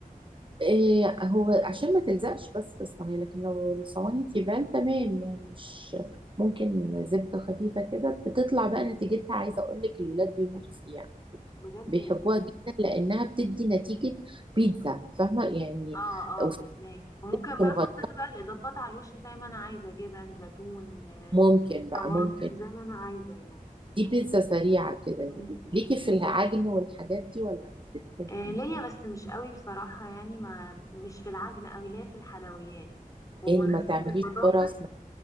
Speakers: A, on the right; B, on the left.
A: إيه هو عشان ما تلزقش بس في الصينية لكن لو الصواني تيفال تمام
B: زيت
A: يعني مش ممكن زبدة خفيفة كده بتطلع بقى نتيجتها عايزة أقول لك الولاد بيموتوا فيها
B: بجد
A: بيحبوها
B: والله
A: جدا لأنها بتدي نتيجة بيتزا فاهمة يعني
B: اه اه
A: وفي
B: فهماكي وممكن بقى
A: مغ-
B: احط انا بقى الاضافات على الوش زي ما انا عايزه جبن زيتون آه،
A: ممكن بقى
B: طماطم
A: ممكن
B: كان زي ما انا عايزه يعني
A: دي بيتزا سريعة كده يعني
B: م- م.
A: ليكي في العجن والحاجات دي ولا مش بتحبي
B: آه، ليا بس مش قوي بصراحه يعني ما مش في العجن قوي ليا في الحلويات وبمناسبه
A: يعني ما تعمليش
B: البطاطس
A: قرص ما